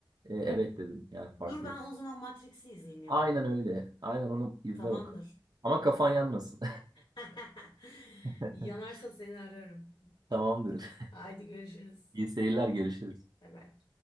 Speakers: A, on the right; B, on the left.
A: e, evet dedim yani
B: Dur
A: farklıyım.
B: ben o zaman Matrix'i izleyeyim ya.
A: Aynen öyle. Aynen onu izle
B: Tamamdır.
A: bakalım. Ama kafan yanmasın.
B: <laughs>
A: <laughs>
B: Yanarsa seni ararım.
A: Tamamdır.
B: Haydi görüşürüz.
A: İyi seyirler, görüşürüz.
B: Bay bay.